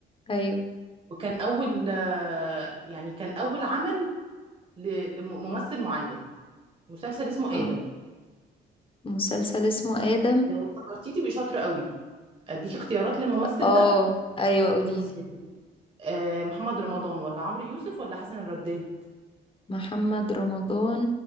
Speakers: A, on the left; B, on the right.
A: ايوه
B: وكان أول آه، يعني كان أول عمل ل- لممثل معين مسلسل اسمه
A: اه
B: آدم
A: مسلسل اسمه آدم
B: لو افتكرتيه تبقي شاطرة قوي أديك اختيارات للممثل
A: اه
B: ده
A: ايوه قوليلي
B: بصي يا ستي آه، محمد رمضان ولا عمرو يوسف ولا حسن الرداد
A: محمد رمضان